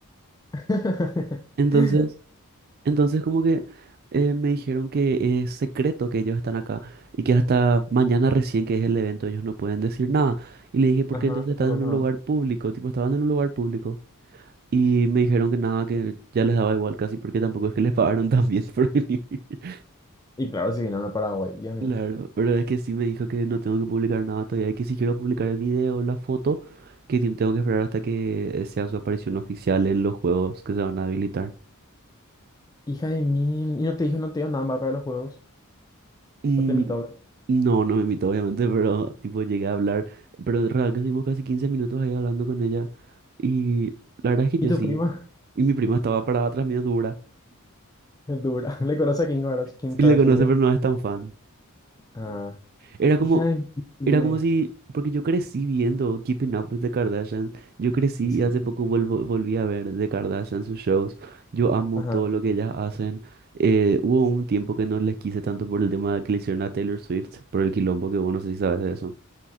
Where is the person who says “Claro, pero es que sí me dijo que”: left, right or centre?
Right